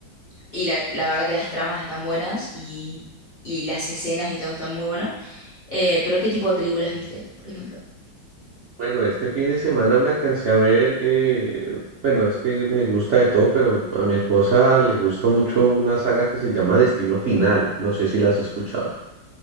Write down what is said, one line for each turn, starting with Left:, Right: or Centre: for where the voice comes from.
Left: y la, la verdad que las tramas están buenas y, y las escenas y todo está muy bueno. Eh, pero ¿qué tipo de películas viste, por ejemplo?
Right: Bueno, este fin de semana me alcancé a ver, eh, bueno, es que me gusta de todo, pero a mi esposa le gusta mucho una saga que se llama Destino Final, no sé si la has escuchado.